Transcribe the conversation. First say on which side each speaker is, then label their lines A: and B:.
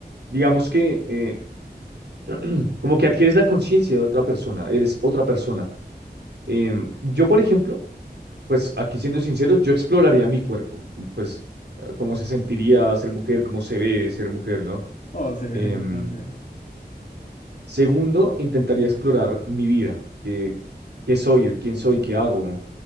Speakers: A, on the right; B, on the left.
A: digamos que eh, <clears throat> como que adquieres la conciencia de otra persona, eres otra persona. Em, yo, por ejemplo, Pues aquí siendo sinceros, yo exploraría mi cuerpo, pues ah, cómo se sentiría ser mujer, cómo se ve ser mujer, ¿no?
B: Oh, sí, definitivamente.
A: Em, segundo, intentaría explorar mi vida, qué, qué soy, quién soy, qué hago,